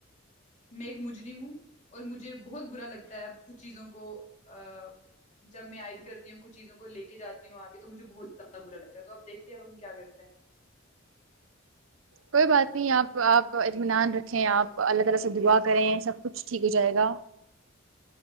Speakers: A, on the left; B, on the right.
A: میں ایک مجرم ہوں اور مجھے بہت برا لگتا ہے اب کچھ چیزوں کو ا جب میں عائد کرتی ہوں کچھ چیزوں کو لے کے جاتی ہوں آگے تو مجھے بہت زیادہ برا لگتا ہے تو اب دیکھتے ہیں اب ہم کیا کرتے ہیں
B: کوئی بات نہیں آپ آپ اطمینان رکھیں آپ اللہ تعالی سے دعا کریں سب کچھ ٹھیک ہو جائے گا